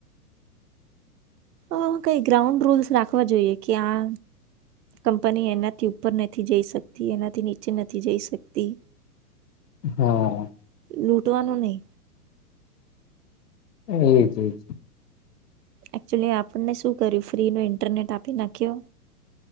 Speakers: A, on the right; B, on the left.
A: આ કઈ ગ્રાઉન્ડ રૂલ્સ રાખવા જોઈએ કે આ કંપની એનાથી ઉપર નથી જઈ શકતી એનાથી નીચે નથી જઈ શકતી.
B: હા.
A: લૂટવાનું નહી.
B: એજ એજ.
A: એકચુલી આપણને શું કર્યું ફ્રી નો ઇન્ટરનેટ આપી નાખ્યો.